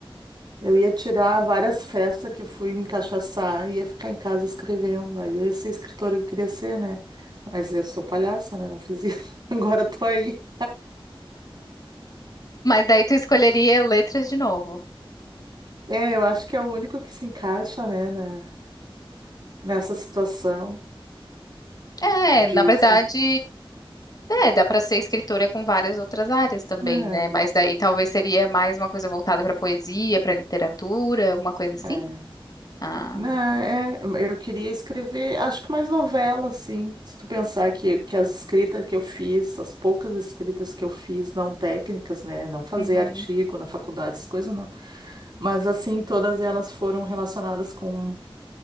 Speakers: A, on the right; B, on the left.
A: Eu ia tirar várias festas que eu fui me encaixaçar, ia ficar em casa escrevendo. Aí eu ia ser escritora que eu queria ser, né? Mas eu sou palhaça, né? Não fiz isso. <laughs> Agora tô aí.
B: Mas daí tu escolheria letras de novo.
A: É, eu acho que é o único que se encaixa, né, na- nessa situação
B: É,
A: de
B: na verdade,
A: escrita.
B: É, dá para ser escritora com várias outras áreas também,
A: É,
B: né? Mas daí talvez seria mais uma coisa voltada para poesia, para literatura, alguma coisa assim.
A: é.
B: Ah,
A: Não, é, eu queria escrever, acho que mais novela, assim. Se tu pensar que, que as escritas que eu fiz, as poucas escritas que eu fiz, não técnicas, né? Não fazer
B: uhum.
A: artigo na faculdade, essas coisas, não. Mas assim, todas elas foram relacionadas com